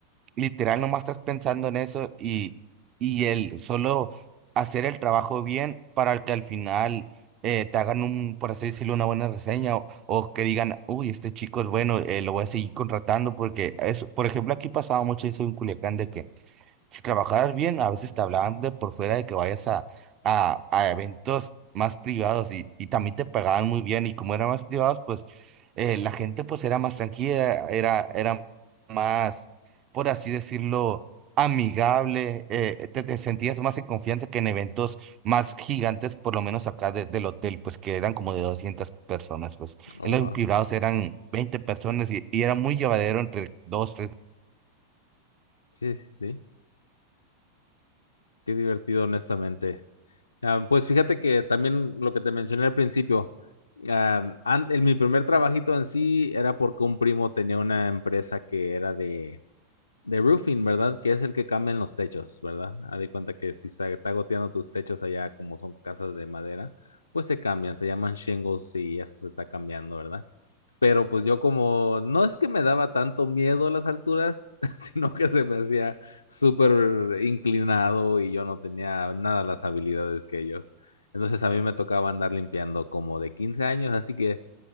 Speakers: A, on the right; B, on the left.
A: literal nomás estás pensando en eso y, y el solo hacer el trabajo bien para que al final eh, te hagan un, por así decirlo, una buena reseña o, o que digan, uy, este chico es bueno, eh, lo voy a seguir contratando porque eso, por ejemplo, aquí pasaba mucho eso en Culiacán de que si trabajaras bien, a veces te hablaban de por fuera de que vayas a, a, a eventos más privados y, y también te pagaban muy bien y como eran más privados, pues eh, la gente pues era más tranquila, era, era más, por así decirlo, amigable, eh, te, te sentías más en confianza que en eventos más gigantes, por lo menos acá de- del hotel, pues que eran como de 200 personas, pues
B: Oh,
A: en los
B: wow.
A: privados eran 20 personas y, y era muy llevadero entre dos,
B: Sí, sí, sí. Qué divertido, honestamente. Ah, pues fíjate que también lo que te mencioné al principio, am, an- el- mi primer trabajito en sí era porque un primo tenía una empresa que era de, de roofing, ¿verdad? Que es el que cambian los techos, ¿verdad? Haz de cuenta que si está, está goteando tus techos allá, como son casas de madera, pues se cambian, se llaman shingles y eso se está cambiando, ¿verdad? pero pues yo como no es que me daba tanto miedo las alturas, <laughs> sino que se me hacía súper inclinado y yo no tenía nada las habilidades que ellos. Entonces a mí me tocaba andar limpiando como de 15 años, así que